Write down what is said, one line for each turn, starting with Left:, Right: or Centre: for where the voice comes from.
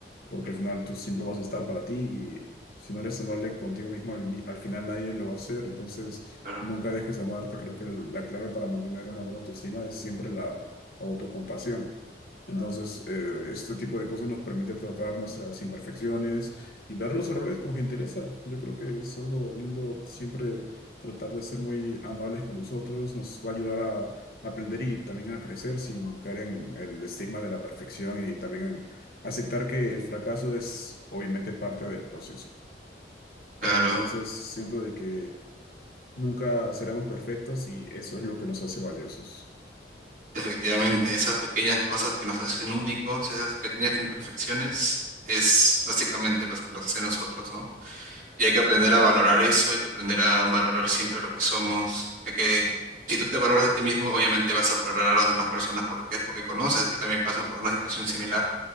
Left: porque al final tú siempre vas a estar para ti y si no eres amable contigo mismo, al, ini- al final nadie lo va a hacer. Entonces,
Right: claro,
Left: nunca dejes de amarte. Creo que la clave para mantener una buena autoestima es siempre la autocompasión. Entonces, eh, este tipo de cosas nos permite tratar nuestras imperfecciones y ver los errores con gentileza. Yo creo que es algo lindo siempre tratar de ser muy amables con nosotros. Nos va a ayudar a aprender y también a crecer sin caer en el estigma de la perfección y también aceptar que el fracaso es obviamente parte del proceso.
Right: claro.
Left: Entonces, siento de que nunca seremos perfectos y eso es lo que nos hace valiosos.
Right: Efectivamente, esas pequeñas cosas que nos hacen únicos, esas pequeñas imperfecciones, es básicamente lo que nos hace nosotros, ¿no? Y hay que aprender a valorar eso, hay que aprender a valorar siempre lo que somos. Hay que, si tú te valoras a ti mismo, obviamente vas a valorar a las demás personas por lo que es, porque conoces que también pasan por una situación similar.